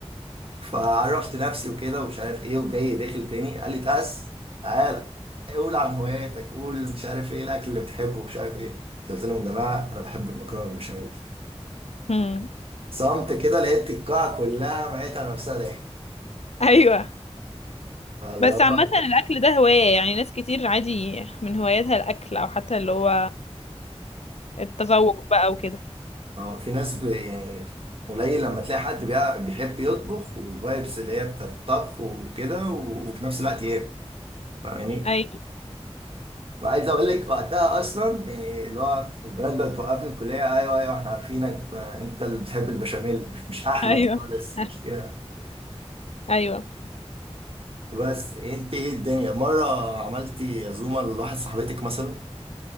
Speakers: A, on the right; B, on the left.
A: فعرفت نفسي وكده ومش عارف إيه وجاي داخل تاني قال لي تأس تعالى قول عن هواياتك قول مش عارف إيه الأكل اللي بتحبه ومش عارف إيه قلت لهم يا جماعة أنا بحب المكرونة بالبشاميل
B: مم.
A: صمت كده لقيت القاعة كلها ميت على نفسها ضحك
B: ايوه
A: فاللي
B: بس
A: هو
B: عامة الاكل ده هواية يعني ناس كتير عادي من هواياتها الاكل او حتى اللي هو التذوق بقى وكده
A: اه في ناس ب- يعني قليل لما تلاقي حد بيع- بيحب يطبخ والفايبس اللي هي بتاعت الطبخ وكده و- وفي نفس الوقت ياكل فاهماني؟
B: ايوه
A: وعايز اقول لك وقتها اصلا يعني اللي هو البنات بقت توقفني في الكليه ايوه ايوه احنا عارفينك آه، انت اللي بتحب البشاميل مش مش احمد
B: ايوه
A: خالص
B: <laughs>
A: مش كده
B: ايوه
A: بس انت ايه الدنيا مره عملتي عزومه لواحد صاحبتك مثلا